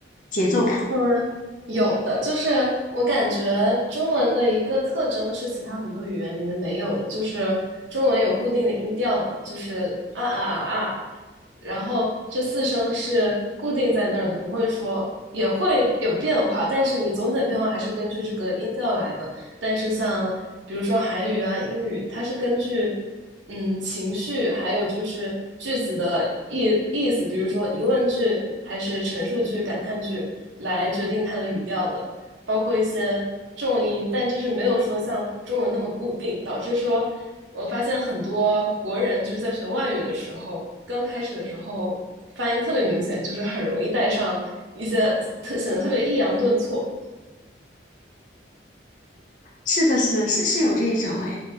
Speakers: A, on the left; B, on the right.
A: 节奏感？
B: 嗯，有的，就是我感觉中文的一个特征是其他很多语言里面没有的，就是中文有固定的音调嘛，就是啊啊啊啊，然后这四声是固定在那儿的，不会说也会有变化，但是你总体的变化还是根据这个音调来的。但是像比如说韩语啊、英语，它是根据嗯情绪，还有就是句子的意意思，比如说疑问句还是陈述句、感叹句来决定它的语调的，包括一些重音，但就是没有说像中文那么固定，导致说我发现很多国人就是在学外语的时候，刚开始的时候发音特别明显，就是很容易带上一些特显得特别抑扬顿挫，
A: 是的，是的，是是有这一种哎，